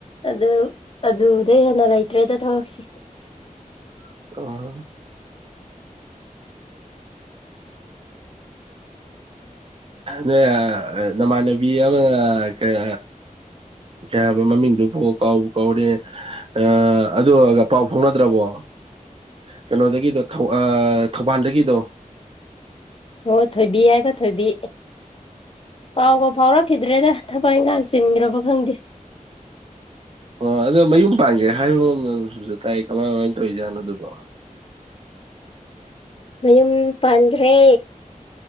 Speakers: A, on the left; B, on the right.
A: ꯑꯗꯨ ꯑꯗꯨꯗꯩ ꯍꯦꯟꯅ ꯂꯩꯇ꯭ꯔꯦꯗ ꯊꯕꯛꯁꯤ ꯫
B: ꯑ꯫ ꯅ ꯅꯃꯥꯟꯅꯕꯤ ꯑꯃ ꯀꯩ ꯍꯥꯏꯕ ꯃꯃꯤꯡꯗꯨꯕꯨ ꯀꯥꯎꯕꯨ ꯀꯥꯎꯔꯦ ꯑ ꯑꯗꯨ ꯄꯥꯎ ꯐꯥꯎꯅꯗ꯭ꯔꯕꯣ ꯀꯩꯅꯣꯗꯒꯤꯗꯣ ꯑꯥ ꯊꯧꯕꯥꯜꯗꯒꯤꯗꯣ꯫
A: ꯑꯣ ꯊꯣꯏꯕꯤ ꯍꯥꯏꯕ ꯊꯣꯏꯕꯤ꯫ ꯄꯥꯎꯒ ꯐꯥꯎꯔꯛ ꯈꯤꯗꯔ꯭ꯦꯗꯥ꯫ ꯊꯕꯛ ꯏꯪꯈꯥꯡ ꯆꯤꯟꯈ꯭ꯔꯕ ꯈꯪꯗꯦ꯫
B: ꯑꯣ ꯑꯗꯣ ꯃꯌꯨꯝ ꯄꯥꯟꯒꯦ ꯍꯥꯏꯕ ꯃꯁꯨ ꯇꯥꯏ ꯀꯃꯥꯏ- ꯀꯃꯥꯏꯅ ꯇꯧꯔꯤꯖꯥꯠꯣ ꯑꯗꯨꯕꯣ꯫
A: ꯃꯌꯨꯝ ꯄꯥꯟꯈ꯭ꯔꯦ꯫